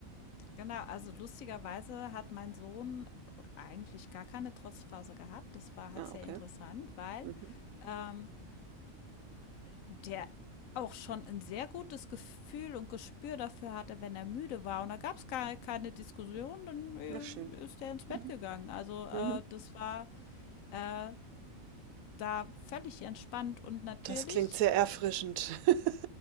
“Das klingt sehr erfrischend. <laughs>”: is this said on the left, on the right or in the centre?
Right